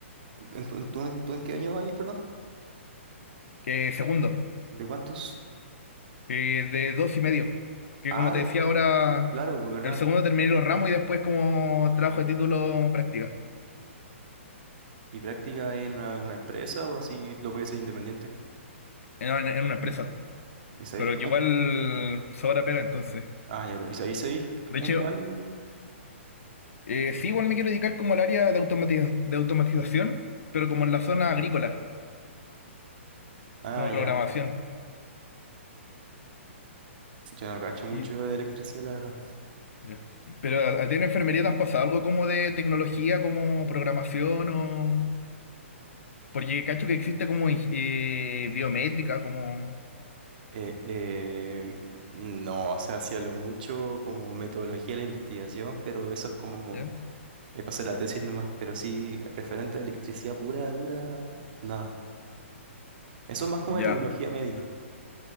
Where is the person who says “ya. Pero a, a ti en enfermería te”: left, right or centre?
Left